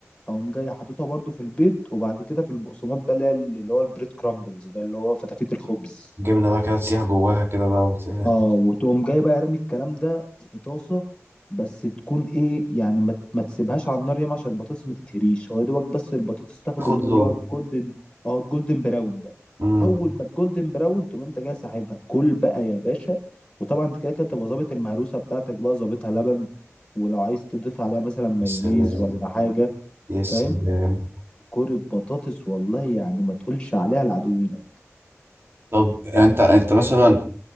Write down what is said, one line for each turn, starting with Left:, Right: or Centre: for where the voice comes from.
Left: اقوم جاي حاططها برضو في البيض وبعد كده في البقسماط بقى اللي هي- اللي هو البريد كرامبلز ده اللي هو فتافيت الخبز
Right: الجبنة بقى كده تسيح جواها كده بقى وت-
Left: اه وتقوم جاي بقى رامي الكلام ده في طاسه بس تكون ايه يعني ما, ما تسيبهاش على النار ياما عشان البطاطس ما تتهريش هو يا دوبك بس البطاطس تاخد
Right: تاخد
Left: اللون اللي
Right: لون
Left: هو الجولدن اه الجولدن براون ده
Right: امم
Left: اول ما الجولدن براون تقوم انت جاي ساحبها كل بقى يا باشا وطبعا انت كده كده تبقى ظابط المهروسه بتاعتك بقى ظابطها لبن ولو عايز تضيف عليها مثلا مايونيز
Right: يا سلام
Left: ولا حاجه
Right: يا سلام
Left: فاهم كوره بطاطس والله يعني ما تقولش عليها لعدوينك
Right: طب انت انت مثلا